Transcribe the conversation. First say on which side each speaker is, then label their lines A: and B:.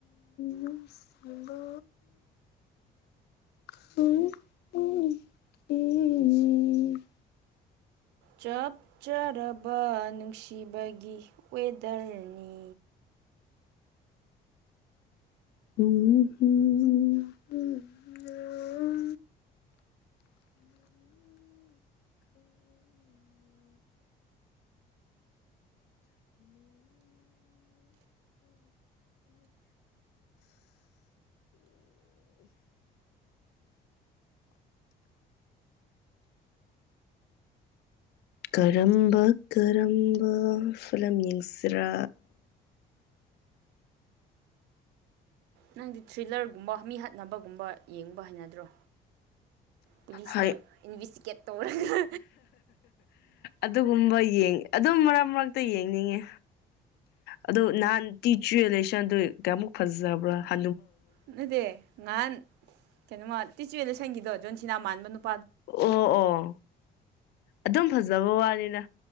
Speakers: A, on the left; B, on the right.
A: ꯅꯨꯡꯁꯤꯕ ꯎꯝ ꯎ ꯎꯝ
B: ꯆꯞꯆꯔꯕ ꯅꯨꯡꯁꯤꯕꯒꯤ ꯋꯦꯗꯔꯅꯤ
A: ꯎꯝ ꯀꯔꯝꯕ ꯀꯔꯝꯕ ꯐꯂꯝ ꯌꯦꯡꯁꯤꯔꯥ
B: ꯅꯪꯗꯤ ꯊ꯭ꯔꯤꯜꯂꯔꯒꯨꯝꯕ ꯃꯤ ꯍꯥꯠꯅꯕꯒꯨꯝꯕ ꯌꯦꯡꯕ ꯍꯥꯏꯅꯗ꯭ꯔꯣ ꯄꯨꯂꯤꯁꯅ
A: ꯍꯣꯏ
B: ꯏꯟꯚꯦꯁꯇꯤꯒꯦꯠ ꯇꯧꯔꯒ
A: ꯑꯗꯨꯒꯨꯝꯕ ꯌꯦꯡ ꯑꯗꯨꯝ ꯃꯔꯛ ꯃꯔꯛꯇ ꯌꯦꯡꯅꯤꯡꯉꯦ ꯑꯗꯨ ꯅꯍꯥꯟ ꯇꯤꯆꯋꯂ ꯑꯗꯨ ꯀꯃꯨꯛ ꯐꯖꯕ꯭ꯔꯥ ꯍ
B: ꯅꯗꯦ ꯉꯍꯥꯟ ꯀꯩꯅꯣꯃ ꯇꯤꯆꯨꯋꯦꯅ ꯁꯪꯒꯤꯗꯣ ꯖꯣꯟꯁꯤꯅ ꯃꯥꯟꯕ ꯅꯨꯄꯥ
A: ꯑꯣ ꯑꯣ ꯑꯗꯨꯝ ꯐꯖꯕ ꯋꯥꯅꯤꯅ